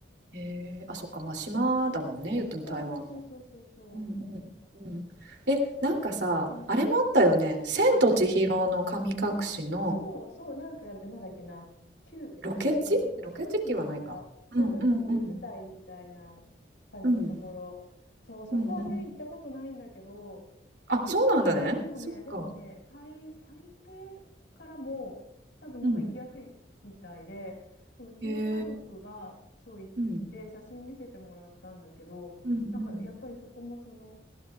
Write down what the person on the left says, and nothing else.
そうそうそうそうそうそ
う、うん、
うん。あ、そう、そう、なんか、なんだっけな、9、
9分 ?9 分とか、そう、
なんかそういう舞台みたいな感じのところ、
そう、そこはね、
行ったことないんだけど、
なんかそう、でもね、
でもね、台、台北からも、多分なんか行きやすいみたいで、
そう、うちの家族がそう行って、
写真見せてもらったんだけど、
なんかやっぱりそこもその、